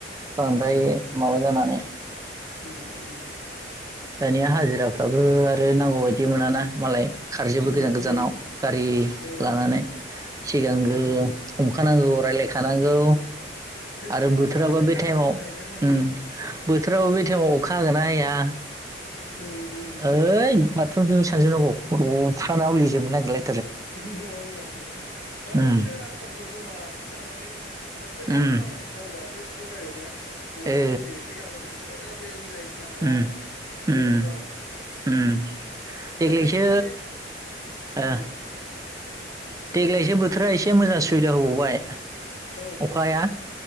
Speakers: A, on the right (about 20°); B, on the left (about 75°).
A: बांद्राय माबा जानानै
B: उम उम
A: दानिया हाजिराफ्राबो आरो नांगौ बायदि मोनाना मालाय खारजोबो
B: उम
A: गोजान
B: उम
A: गोजानाव
B: उम
A: गारि
B: औ
A: लानानै सिगांग्रो
B: ओ
A: हमखानांगौ राय्लायखानांगौ
B: उम बेसेनाबो
A: आरो बोथोराबा
B: बारायबायना
A: बे टाइमाव
B: आरो गायनायफोरनि
A: उम बोथोराव बे टाइमाव अखा हागोन ना हाया
B: उम उम
A: ओइ फारफ्रोमजों सानजोनांगौ ख'फ्रानाव लेजोबनो नांगिरलाय
B: नड़ाबा माथो माने
A: उम
B: एसे रांफोरखौ जमा लाखिखानानै खेबसेनो
A: उम
B: खामानिखौ मावबासो स्र' जायो ने नङाबा
A: ओ
B: दिनै एसे से गाबोन एसेबाथाय बे मिलायहैनो हाला
A: उम
B: आरो
A: उम
B: गोब्राब जाबाय
A: उम देग्लायसो
B: गायनाय फुनायनि
A: ओ
B: उम
A: देग्लायसो बोथोरा एसे मोजां सुबिदा होबावबाय
B: औ
A: अखाया
B: औ